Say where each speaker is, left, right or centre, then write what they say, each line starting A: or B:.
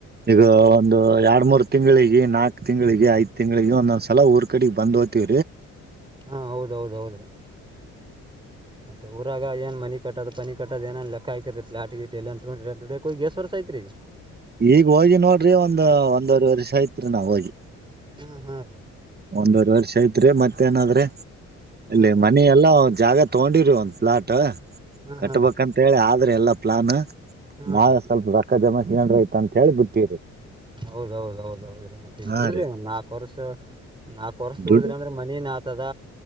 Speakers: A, on the right; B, on the right.
A: ಈಗ ಒಂದು ಎರಡ್ ಮೂರ್ ತಿಂಗ್ಳಿಗೆ ನಾಕ್ ತಿಂಗಳಿಗೆ ಐದ್ ತಿಂಗಳಿಗೆ ಒಂದೊಂದ್ ಸಲ ಊರ್ ಕಡೆ ಬಂದ್ ಹೋತಿವಿ
B: ಹಾ ಹೌದೌದ ಹೌದ್ರಿ ಮತ್ತೆಊಾಗ ಏ ಮನಿ ಕಟ್ಟದ ಪನಿ ಕಟ್ಟದ ಏನ್ ಲೆಕ್ಕ ಆಕಿರಿ ಪ್ಲಾಟ್ ಗಿ ಎ ಅಂತ ದುಡ ಹೋಗಸವರ್ ಸ ತಕ
A: ಈಗ ಹೋಗಿ ನೋಡ್ರಿ ಒಂದ ಒಂದವರೆ ವರ್ಷ ಆಯ್ತ್ರಿ ನಾವ ಹೋಗಿ
B: ಹ್ಮ ಹಾ ರೀ
A: ಒಂದೂವರೆ ವರ್ಷ ಐತ್ರಿ ಮತ್ತೇಏನಾದ್ರೆ
B: ಹಾ
A: ಇಲ್ಲಿ
B: ರೀ
A: ಮನ ಎಲ್ಲ ಜಾಗ ತಗೊಂಡಿರಿ ಒಂದ್ ಪ್ಲಾಟ್
B: ಹಾ
A: ಕಟ್ಬೇಕಂತ
B: ಹಾ ರೀ
A: ಹೇಳಿ ಆದ್ರೆ ಎಲ್ಲಾ ಪ್ಲಾನ್
B: ಹಾ ರೀ
A: ನಾವ ಸ್ವಲ್ಪ ರೊಕ್ಕ ಜಮ್ರ ಆಯತ ಅಂತ ಹೇಳಿ ಬತ್ತೀರಿ
B: ಹೌದೌದೌದೌದ್ರಿ ಮತ್ತೆ ಈಗ
A: ಹಾ
B: ದುಡ್ರಿ
A: ರೀ
B: ಒಂದ್ ನಾಲ್ಕು ವರ್ಷ ನಾ ಕೊರಸ ದುಡಿದ್ರಿ
A: ದುಡ್ಡು
B: ಅಂದ್ರೆ ಮನನ್ ಆತದ